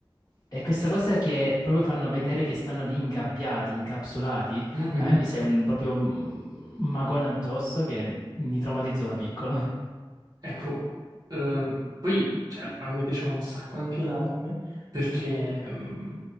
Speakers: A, on the left (about 35°); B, on the right (about 45°).
A: E questa cosa che proprio fanno vedere che stanno lì ingabbiati, incapsulati,
B: Mhm.
A: a me mi sembra un, proprio mm, un magone addosso che mi traumatizzò da piccolo.
B: Ecco, eh, poi cioè, a me piaceva un sacco anche l'anime perché mm,